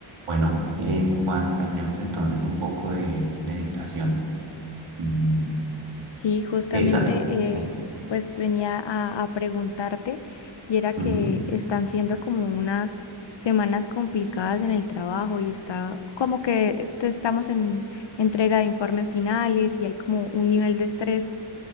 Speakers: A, on the right; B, on the left.
A: Bueno, en cuanto hablemos entonces un poco de meditación. Mm,
B: Sí, justamente
A: que esa,
B: eh,
A: sí,
B: pues venía a, a preguntarte y era que
A: ujú,
B: están siendo como unas semanas complicadas en el trabajo y está como que te- estamos en entrega de informes finales y hay como un nivel de estrés